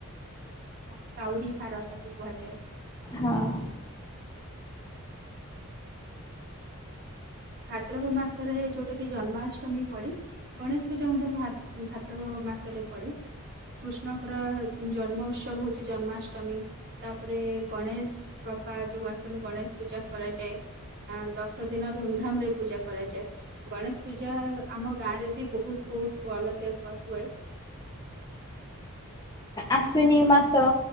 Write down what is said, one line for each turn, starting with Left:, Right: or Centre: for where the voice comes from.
Right: ହଁ କାଉଡି ଭାର ତାକୁ କୁହାଯାଏ।
Left: ହଁ।
Right: ଭାଦ୍ରବ ମାସରେ ଯୋଉଟା କି ଜନ୍ମାଷ୍ଟମୀ ପଡ଼େ। ଗଣେଶ ପୂଜା ମଧ୍ୟ ଭାଦ୍ରବ ମାସରେ ପଡେ। କୃଷ୍ଣଙ୍କର ଜନ୍ମ ଉତ୍ସବ ହଉଛି ଜନ୍ମାଷ୍ଟମୀ। ତାପରେ ଗଣେଶ ବାପା ଯୋଉ ଆସନ୍ତି ଗଣେଶ ପୂଜା କରାଯାଏ। ଆ ଦଶ ଦିନ ଧୁମଧାମ୍ ରେ ପୂଜା କରାଯାଏ। ଗଣେଶ ପୂଜା ଆମ ଗାଁ ରେ ବି ବହୁତ ବହୁତ ଭଲସେ ହୁଏ।
Left: ଆଶ୍ଵିନୀ ମାସ।